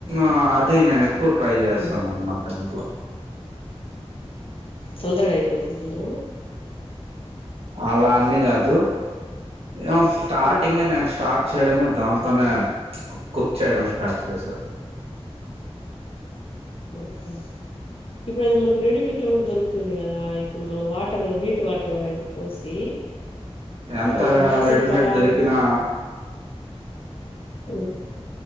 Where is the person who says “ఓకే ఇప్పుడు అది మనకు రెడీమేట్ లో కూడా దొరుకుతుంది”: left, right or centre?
Left